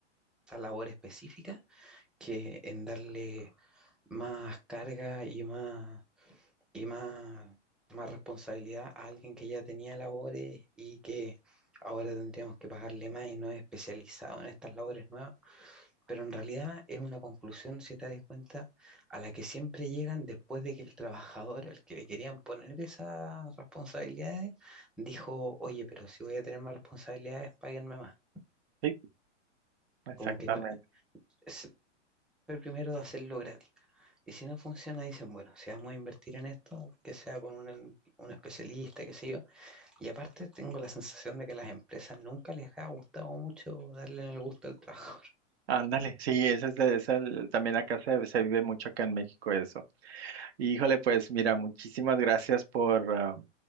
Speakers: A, in the centre; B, on the right (about 60°).
A: esa labor específica que en darle más carga y más, y más, más responsabilidad a alguien que ya tenía labores y que ahora tendríamos que pagarle más y no es especializado en estas labores nuevas. Pero en realidad es una conclusión, si te das cuenta, a la que siempre llegan después de que el trabajador, el que le querían poner esas responsabilidades, dijo, oye, pero si voy a tener más responsabilidades, páguenme más.
B: Sí, exactamente.
A: Como que no, es el primero de hacerlo gratis. Y si no funciona, dicen, bueno, si vamos a invertir en esto, que sea con un, un especialista, qué sé yo. Y aparte tengo la sensación de que a las empresas nunca les ha gustado mucho darle el gusto al trabajador. <laughs>
B: Ándale, sí, ese es, de- es el- también acá se, se vive mucho acá en México eso. Y, híjole, pues mira, muchísimas gracias por ah,